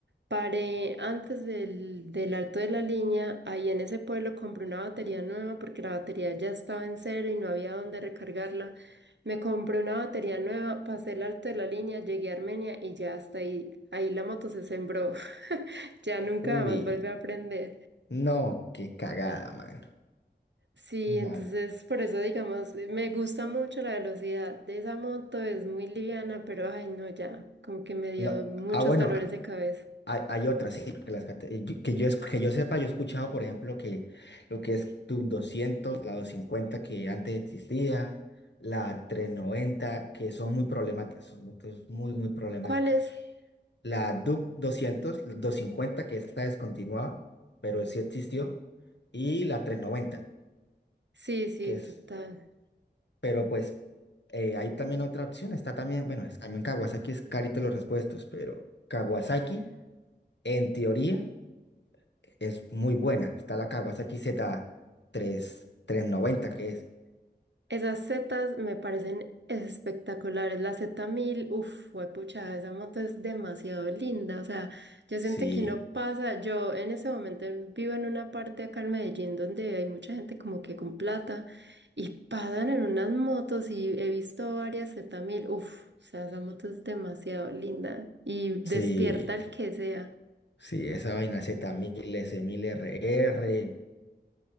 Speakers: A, on the right; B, on the left.
A: paré antes del, del Alto de la Línea, ahí en ese pueblo compré una batería nueva porque la batería ya estaba en cero y no había dónde recargarla. Me compré una batería nueva, pasé el Alto de la Línea, llegué a Armenia y ya hasta ahí, ahí la moto se sembró, <laughs> ya nunca
B: Uy,
A: más volví a aprender.
B: no, qué cagada, mano.
A: Sí,
B: No,
A: entonces por eso digamos, me gusta mucho la velocidad de esa moto, es muy liviana, pero ay no, ya, como que me dio
B: no.
A: muchos
B: Ah, bueno,
A: dolores
B: a-
A: de cabeza.
B: hay, hay otras, sí, porque las cate- eh, yo- que yo, es- que yo sepa, yo he escuchado, por ejemplo, que lo que es tu doscientos la 250 que antes existía, la trescientos noventa que son muy problemáticas, son motos muy, muy problemáticas.
A: ¿Cuáles?
B: La Duke doscientos la 250 que está descontinuada, pero sí existió, y la 390
A: Sí, sí,
B: que es
A: total.
B: Pero pues eh, hay también otra opción, está también, bueno, es- también Kawasaki es carito los repuestos, pero Kawasaki en teoría es muy buena. Está la Kawasaki Z3, tres trescientos noventa que es.
A: Esas setas me parecen espectaculares. La z mil uff, pucha, esa moto es demasiado linda. O sea, yo siento
B: Sí,
A: que no pasa. Yo en ese momento vivo en una parte acá en Medellín donde hay mucha gente como que con plata y pasan en unas motos y he visto varias z mil Uff, o sea, esa moto es demasiado linda y
B: sí,
A: despierta al que sea.
B: sí, esa vaina z mil s S1000RR,